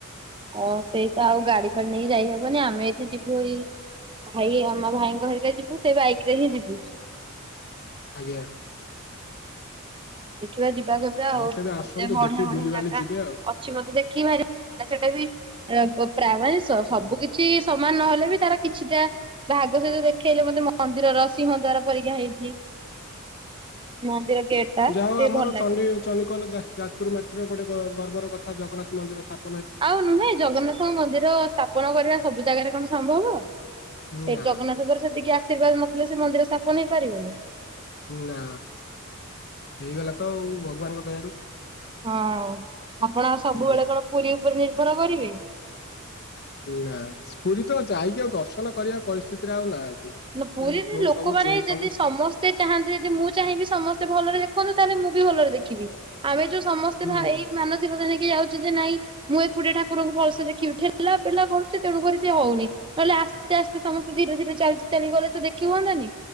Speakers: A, on the right; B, on the left.
A: ହ ସେଇ ତ ଆଉ ଗାଡି ଫାଡି ନେଇକି ଯାଇହବନି ଆମେ ଏଠି ଯିବୁ ରି ଭାଇ ଆମ ଭାଇଙ୍କ ଘରିକା ଯିବୁ ସେ ବାଇକ୍ ରେ ହିଁ ଯିବୁ।
B: ଆଜ୍ଞା।
A: ଦେଖିବା ଯିବା କେବେ ଆଉ।
B: ହଉ
A: ଏତେ
B: ତେବେ ଆସନ୍ତୁ
A: ବଢିଆ
B: ଦେଖିକି
A: ବଢିଆ
B: ବୁଲିବାଲି
A: ଜାଗା।
B: ଯିବେ ଆଉ
A: ଅଛି ମତେ ଦେଖିକି ଭାରି ସେଇଟା ବି <unintelligible> ସବୁ
B: ହୁଁ
A: କିଛି ସମାନ ନହେଲେ ବି ତାର କିଛିଟା ଭାଗ ସେ ଯୋଉ ଦେଖେଇଲେ ମତେ ମନ୍ଦିରର ସିଂହ ଦ୍ଵାର ପରିକା ହେଇଛି। ମନ୍ଦିର ଗେଟ୍। ଟା ଟିକେ
B: ଯାଆ ହଉ ଆମର
A: ଭଲ ଲାଗେ।
B: ଚଣ୍ଡି ଚଣ୍ଡିଖୋଲ ଯା ଯାଜପୁର ମାଟିର ଗୋଟେ ଗ ଗର୍ବର କଥା ଜଗନ୍ନାଥ ମନ୍ଦିର ସ୍ଥା
A: ଆଉ ନୁହେଁ ଜଗନ୍ନାଥଙ୍କ ମନ୍ଦିର ସ୍ଥାପନ କରିବା ସବୁ ଜାଗାରେ କଣ ସମ୍ଭବ।
B: ନା
A: ଏ ଜଗନ୍ନାଥଙ୍କର ସେତିକି ଆଶୀର୍ବାଦ ନଥିଲେ ସେ ମନ୍ଦିର ସ୍ଥାପନ ହେଇ ପାରିବନି।
B: ନା ହେଇଗଲା ତ ଆଉ ଭଗବାନଙ୍କ ଦୟାରୁ।
A: ହଁ ଆପଣ ଆଉ ସବୁବେଳେ
B: ଆଜ୍ଞା
A: କଣ ପୁରୀ ଉପରେ ନିର୍ଭର କରିବେ?
B: ନାଁ ପୁରୀ ତ ଯାଇକି ଆଉ ଦର୍ଶନ କରିବା ପରିସ୍ଥିତିରେ ଆଉ ନାହାନ୍ତି।
A: ନା ପୁରୀରେ
B: ଯୋଉ ଯୋଉ
A: ଲୋକମାନେ
B: ସବୁ ଚେ
A: ଯଦି
B: ସବୁ
A: ସମସ୍ ତେ ଚାହାନ୍ତି ଯଦି ମୁଁ ଚାହିଁବି ସମସ୍ତେ ଭଲରେ ଦେଖନ୍ତୁ ତାହେଲେ ମୁଁ ବି ଭଲରେ ଦେଖିବି। ଆମେ ଯୋଉ ସମସ୍ତେ
B: ହୁଁ
A: ଭା ଏଇ ମାନସିକତା ନେଇକି ଯାଉଛୁ ଯେ ନାଇଁ ମୁଁ ଏକୁଟିଆ ଠାକୁରଙ୍କୁ ଭଲସେ ଦେଖିବି। ଠେଲା ପେଲା କରୁଛି ତେଣୁ କରିି ସିଏ ହଉନି। ନହେଲେ ଆସ୍ ଆସ୍ତେ ଆସ୍ତେ ସମସ୍ତେ ଧୀରେ ଧୀରେ ଚାଲି ଚାଲିଗଲେ ସେ ଦେଖି ହୁଅନ୍ତାନି।